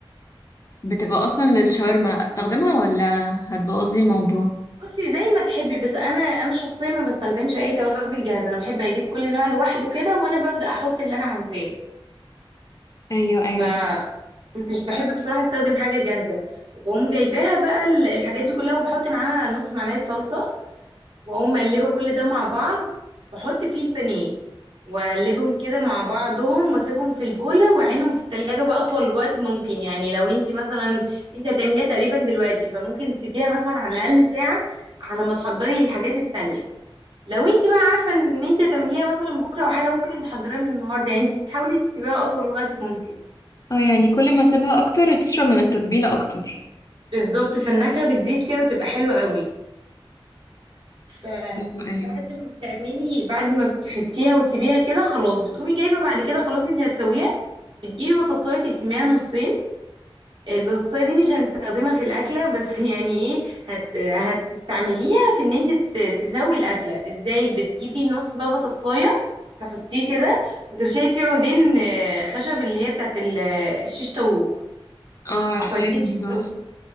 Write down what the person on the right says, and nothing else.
بصي زي ما تحبي بس انا انا شخصيا ما بستخدمش اي توابل جاهزة انا بحب اجيب كل نوع لوحده كده وانا ببدأ احط اللي انا عاوزاه
ف مش بحب بصراحة استخدم حاجة جاهزة وبقوم جايباها بقى ال- الحاجات دي كلها وبحط معاها نص معلقة صلصة واقوم مقلبة كل ده مع بعض واحط فيه البانيه واقلبهم كده مع بعضهم واسيبهم في البولة واعينهم في التلاجة بقى اطول وقت ممكن يعني لو انتي مثلا انتي هتعمليها تقريبا دلوقتي فممكن تسيبيها مثلا على الاقل ساعة على ما تحضري الحاجات التانية لو انتي بقى عارفة ان انتي هتعمليها مثلا بكرة او حاجة ممكن تحضريها من النهاردة يعني انتي بتحاولي تسيبيها اطول وقت ممكن
بالظبط فالنكهة بتزيد فيها وتبقى حلوة قوي فبعد
ما بتعملي بعد ما بتحطيها وتسيبيها كده خلاص بتقومي جايبة بعد كده خلاص انت هتسويها بتجيبي بطاطساية تقسميها نصين البطاطساية دي مش هنستخدمها في الأكلة بس <laughs> يعني ايه هت... هتستعمليها في ان انت ت- تسوي الأكلة ازاي بتجيبي نص بقى بطاطساية تحطيه كده وترشي فيه عودين آه، خشب اللي هي بتاعت ال- الشيش طاووق
عصايتين
شيش طاووق